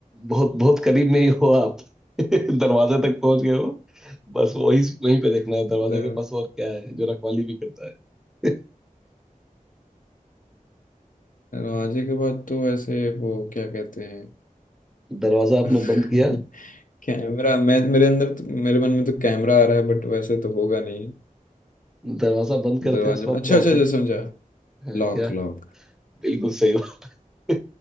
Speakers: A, in the centre; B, on the left (about 70°).
A: बहुत बहुत करीब में ही हो आप <laughs> दरवाजे तक पहुंच गए हो बस वही वहीं पे देखना है दरवाजे
B: दर
A: के पास और क्या है जो रखवाली भी करता है <laughs>
B: दरवाजे के बाद तो ऐसे वो क्या कहते हैं
A: दरवाजा
B: <laughs>
A: आपने बंद किया
B: कैमरा मैं मेरे अंदर तो, मेरे मन में तो कैमरा आ रहा है बट वैसे तो होगा नहीं
A: दरवाजा बंद करते
B: दरवाजे
A: हैं उसके बाद
B: अच्छा
A: क्या
B: अच्छा
A: होता है
B: अच्छा समझा
A: हाँ,
B: Lock
A: क्या
B: lock
A: बिल्कुल सही हो <laughs>